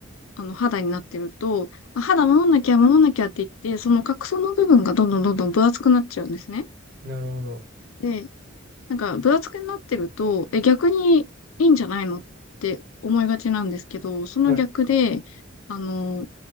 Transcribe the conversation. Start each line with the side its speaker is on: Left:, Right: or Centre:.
Left: あの、肌になってると、あ肌守んなきゃ守んなきゃって言って、その角層の部分がどんどんどんどん分厚くなっちゃうんですね。
Right: なるほど。
Left: で、なんか分厚くなってると、え、逆にいいんじゃないのって思いがちなんですけど、その逆で、
Right: はい。
Left: あの、